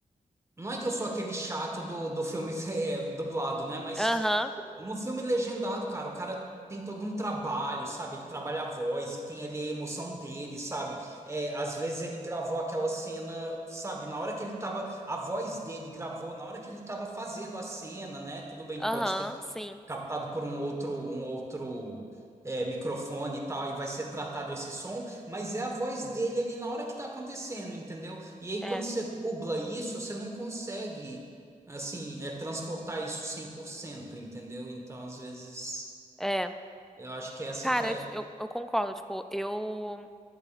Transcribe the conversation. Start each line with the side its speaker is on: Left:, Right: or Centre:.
Right: Não é que eu sou aquele chato do, do filme <laughs> eh, dublado, né? Mas
Centre: Aham,
Right: no filme legendado, cara, o cara tem todo um trabalho, sabe? Ele trabalha a voz e tem ali a emoção dele, sabe? É, às vezes ele gravou aquela cena, sabe? Na hora que ele tava. A voz dele gravou, na hora que ele tava fazendo a cena, né? Tudo bem
Centre: aham,
Right: que pode ter
Centre: sim.
Right: captado por um outro, um outro é, microfone e tal, e vai ser tratado esse som, mas é a voz dele ali na hora que tá acontecendo, entendeu? E aí
Centre: É,
Right: quando você dubla isso, você não consegue, assim, é, transportar isso 100% entendeu? Então, às vezes,
Centre: é.
Right: eu acho que essa
Centre: Cara,
Right: que é...
Centre: eu, te- eu, eu concordo, tipo, eu.